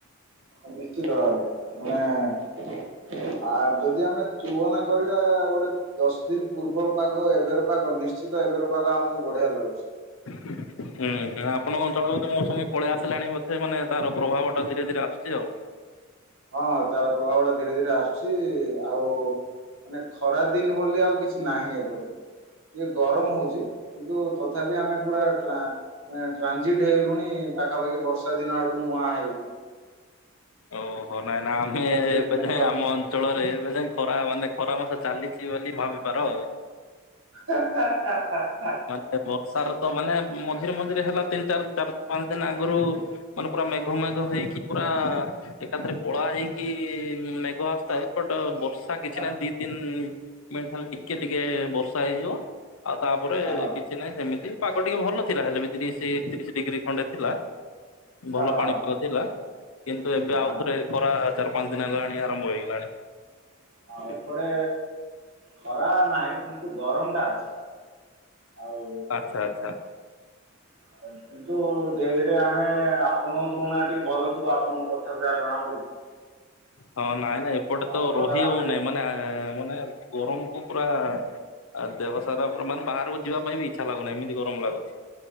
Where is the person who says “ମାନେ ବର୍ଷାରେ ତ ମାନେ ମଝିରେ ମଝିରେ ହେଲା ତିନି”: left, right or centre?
Left